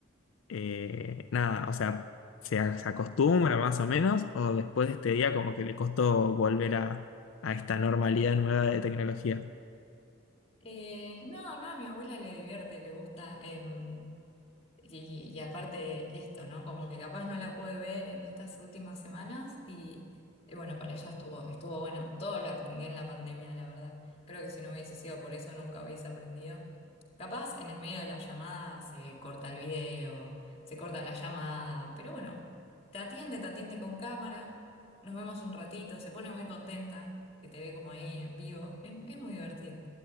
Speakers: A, on the left; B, on the left.
A: eh, nada, o sea, se, a- se acostumbra más o menos, o después de este día como que le costó volver a, a esta normalidad nueva de tecnología.
B: Eh, no, no, a mi abuela le divierte, le gusta. em, y, y aparte esto, ¿no? Como que capaz no la pude ver en estas últimas semanas y, y bueno, para ella estuvo, estuvo bueno. Todo lo aprendí en la pandemia, la verdad. Creo que si no hubiese sido por eso nunca hubiese aprendido. Capaz en el medio de la llamada se corta el video, se corta la llamada, pero bueno, te atiende, te atiende con cámara, nos vemos un ratito, se pone muy contenta que te ve como ahí en vivo. Es, es muy divertido.